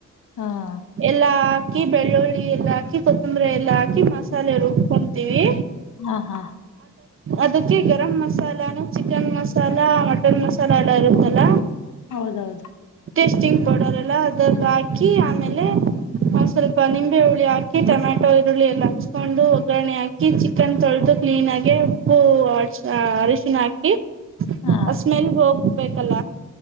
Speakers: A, on the left (about 75°); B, on the right (about 45°).
A: ಹಾಂ
B: ಎಲ್ಲಾ ಹಾಕಿ ಬೆಳ್ಳುಳ್ಳಿ ಎಲ್ಲ ಹಾಕಿ ಕೊತ್ತಂಬರಿ ಎಲ್ಲಾ ಹಾಕಿ ಮಸಾಲೆ ರುಬ್ಕೊತೀವಿ.
A: ಹಾ ಹಾ
B: ಅದಕ್ಕೆ ಗರಂ ಮಸಾಲಾನು ಚಿಕನ್ ಮಸಾಲ ಮಟನ್ ಮಸಾಲ ಎಲ್ಲ ಇರುತ್ತಲ್ಲ.
A: ಹೌದೌಹೌ ದು
B: ಟೇಸ್ಟಿಂಗ್ ಪೌಡರ್ ಎಲ್ಲ ಅದಲ್ಲ ಹಾಕಿ ಆಮೇಲೆ ಒ್ ಸ್ವಲ್ಪ ನಿಂಬೆ ಹುಳಿ ಹಾಕಿ ಟೊಮ್ಯಾಟೊ ಈರುಳ್ಳಿ ಎಲ್ಲ ಹಚ್ಕೊಂಡು ಒಗ್ಗರಣೆ ಹಾಕಿ ಚಿಕನ್ ತೊಳೆದು ಕ್ಲೀನ್ ಆಗಿ ಉಪ್ಪು ಅರಶಿನ ಹಾಕಿ.
A: ಹಾ
B: ಅ ಸ್ಮೆಲ್ ಹೋಗ ಬೇಕಲ್ಲ